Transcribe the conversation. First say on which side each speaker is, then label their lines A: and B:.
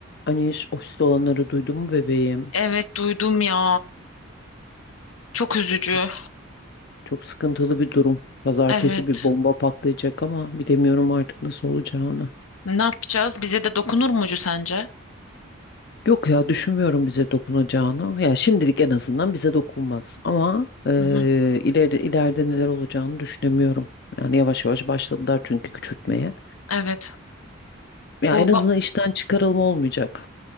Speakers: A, on the left; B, on the left.
A: Hani iş ofiste olanları duydun mu bebeğim?
B: Evet duydum ya. Çok üzücü.
A: Çok çok sıkıntılı bir durum. Pazartesi
B: Evet.
A: bir bomba patlayacak ama bilemiyorum artık nasıl olacağını.
B: Ne yapacağız? Bize de dokunur mucu sence?
A: Yok ya düşünmüyorum bize dokunacağını. Ya şimdilik en azından bize dokunmaz. Ama eee
B: Hı hı.
A: ileri, ileride neler olacağını düşünemiyorum. Yani yavaş yavaş başladılar çünkü küçültmeye.
B: Evet.
A: Ya
B: Bu
A: en azından
B: va-
A: işten çıkarılma olmayacak.